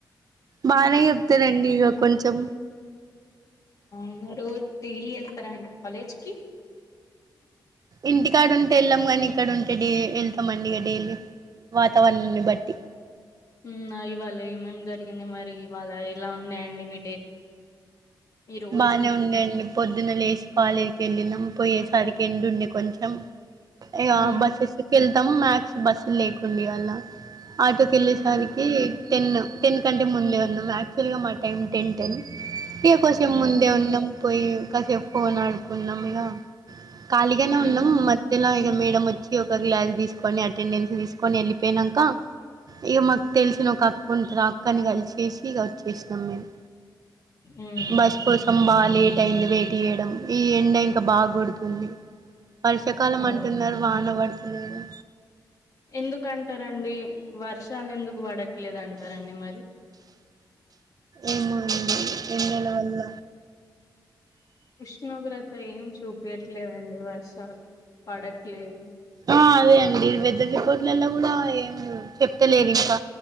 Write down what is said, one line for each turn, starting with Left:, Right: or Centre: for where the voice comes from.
Right: బానే చెప్తారండి ఇగ కొంచెం
Left: అవునా రో డైలీ ఎళ్తారా అండి కాలేజ్కి
Right: ఇంటికాడుంటే ఎళ్ళాం గాని ఇక్కడ ఉంటే డే ఎళ్తామండి ఇక డైలీ వాతావరణాన్ని బట్టి
Left: మ్ ఇవాళ ఏమేం జరిగింది మరి ఇవాళ ఎలా ఉన్నాయి అండి మీ డే ఈ రోజు
Right: బానే ఉందండి పొద్దున లేసి కాలేజ్కి ఎళ్ళినాం పోయేసరికి ఎండా ఉండే కొంచెం ఇగ
Left: ఉమ్
Right: బస్సెక్కి వెళ్తాం మ్యాక్స్ బస్సు లేకుండే అలా ఆటో కెళ్ళేసరికి
Left: ఉమ్
Right: టెన్ టెన్ కంటే ముందే ఉన్నాం యాక్చువల్ గా మా టైం టెన్ ఇగ కొసెం
Left: ఉమ్
Right: ముందే ఉన్నాం పోయి కసే ఫోన్ ఆడుకున్నాం ఇగ ఖాళీగానే
Left: ఉమ్
Right: ఉన్నాం మధ్యలో ఇగ మేడమ్ వచ్చి ఇగ ఒక గ్లాస్ తీసుకొని అటెండెన్స్ తీసుకొని ఎళ్ళిపోయినాంక ఇగ మాకు తెలిసిన ఒక అక్క ఉంటది ఆ అక్కని కలిసేసి ఇగ వచ్చేసినాం మేము
Left: ఉహు
Right: బస్ కోసం బాగా లేట్ అయింది వెయిట్ చేయడం ఈ ఎండ ఇంకా బాగ గొడుతుంది వర్షాకాలం
Left: అవును
Right: అంటున్నారు వాన వడతలేదు
Left: ఎందుకంటారండి వర్షాలు ఎందుకు పడట్లేదంటారండి మరి
Right: ఏమో అండి ఎండల వల్ల
Left: ఉష్ణోగ్రత ఏం చూపయట్లేదండి వర్షాలు పడట్లేదు
Right: ఆ అదే అండి వెదర్ రిపోర్ట్లలో కూడా ఏమి చెప్తలేదు ఇంకా